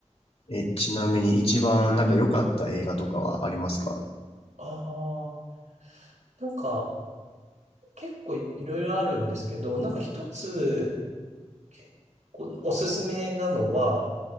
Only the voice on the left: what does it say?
え、ちなみに一番なんか良かった映画とかはありますか